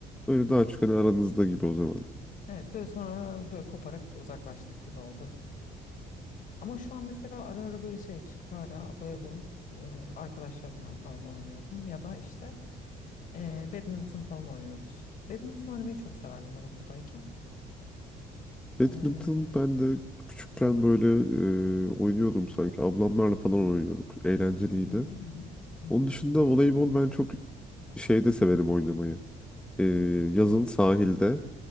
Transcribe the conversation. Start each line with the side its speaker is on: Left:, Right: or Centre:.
Centre: Öyle daha çok hani aranızda gibi o zaman.
Left: Evet böyle sonra böyle koparak uzaklaştık gibi oldu. Ama şu an mesela ara ara böyle şey çıkıp hala voleybol e, arkadaşlarımla falan oynuyorum. Ya da işte e, badminton falan oynuyoruz. Badminton oynamayı çok severdim ben okuldayken.
Centre: Badminton
Left: E, hı
Centre: ben de küçükken böyle e, oynuyordum sanki. Ablamlarla falan oynuyorduk. Eğlenceliydi.
Left: hı hı hı hı hı.
Centre: Onun dışında voleybol ben çok şeyde severim oynamayı. E, yazın sahilde